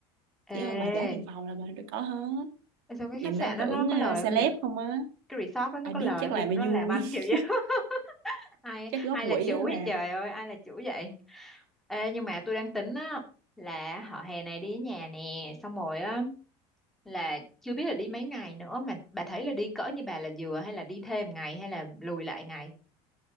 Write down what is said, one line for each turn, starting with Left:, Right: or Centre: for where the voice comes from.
Centre: Ê,
Right: chỉ cần bà trả tiền phòng là bà được có hết
Centre: ê, sao cái
Right: nhìn
Centre: khách
Right: đâu
Centre: sạn đó
Right: tưởng
Centre: nó có
Right: ờ,
Centre: lời
Right: celeb
Centre: không vậy?
Right: không á
Centre: Cái resort đó nó
Right: ai
Centre: có
Right: biết
Centre: lời
Right: chắc
Centre: không
Right: làm
Centre: vậy mà
Right: nó
Centre: nó làm
Right: vui
Centre: ăn kiểu
Right: <laughs>
Centre: vậy? <laughs> Ai
Right: chắc góp
Centre: ai
Right: quỹ
Centre: là chủ
Right: á
Centre: vậy
Right: bà
Centre: trời ơi, ai là chủ vậy? Ê, nhưng mà tôi đang tính á là họ hè này đi với nhà nè, xong rồi á là chưa biết là đi mấy ngày nữa mà bà thấy là đi cỡ như bà là vừa hay là đi thêm ngày hay là lùi lại ngày?